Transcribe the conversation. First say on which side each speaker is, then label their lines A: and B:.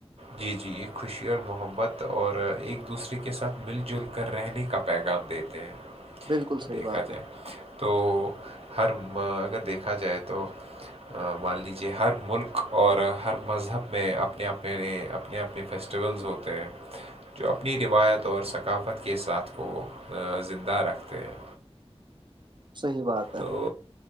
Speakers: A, on the right (about 65°); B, on the right (about 45°).
A: جی جی یہ خوشی اور محبت اور ایک دوسرے کے ساتھ مل جل گھر رہنے کا پیغام دیتے ہیں
B: بالکل صحیح
A: دیکھا
B: بات
A: جائے
B: ہے
A: تو ہر اگر دیکھا جائے تو مان لیجیے ہر ملک اور ہر مذہب میں اپنے اپنے اپنے اپنے فیسٹیولس ہوتے ہیں جو اپنی روایت اور ثقافت کے ساتھ وہ زندہ رکھتے ہیں
B: صحیح بات ہے
A: تو